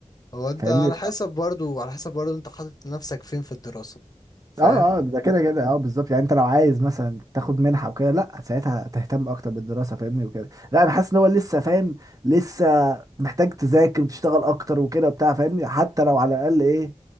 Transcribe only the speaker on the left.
هو انت
على حسب برضو على حسب برضو انت حاطط نفسك فين في الدراسه فاهم